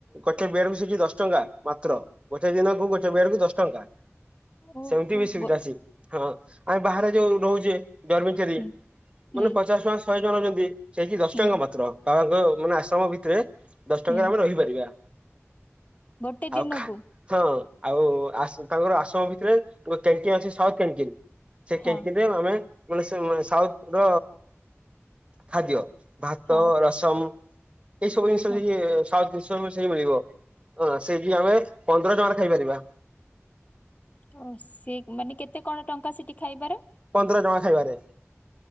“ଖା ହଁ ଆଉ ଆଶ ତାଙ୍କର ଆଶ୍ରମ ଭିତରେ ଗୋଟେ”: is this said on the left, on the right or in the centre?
Right